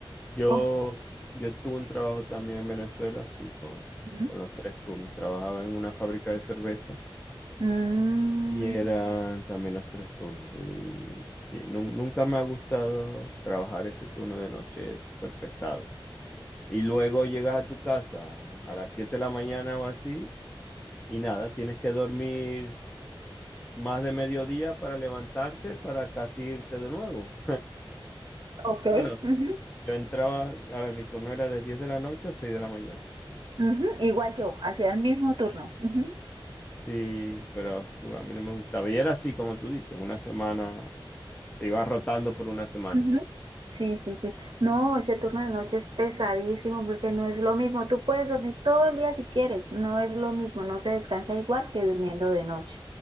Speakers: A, on the left; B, on the right.
A: Yo,
B: com-
A: yo tuve un trabajo también en Venezuela, así con,
B: Ujú.
A: con los tres turnos. Trabajaba en una fábrica de cerveza
B: Mm,
A: y eran también los tres turnos. Y sí, nun- nunca me ha gustado trabajar ese turno de noche, es súper pesado. Y luego llegas a tu casa a las 7 de la mañana o así, y nada, tienes que dormir más de mediodía para levantarte, para casi irte de nuevo.
B: ok.
A: Bueno,
B: Ujú,
A: yo entraba, a ver, mi turno era de 10 de la noche a 6 de la mañana.
B: ujú. Igual yo, hacía el mismo turno. Ujú,
A: Sí, pero uf, a mí no me gustaba. Y era así, como tú dices, una semana, se iba rotando por una semana.
B: ujú. Sí, sí, sí. No, ese turno de noche es pesadísimo porque no es lo mismo. Tú puedes dormir todo el día si quieres. No es lo mismo. No se descansa igual que durmiendo de noche.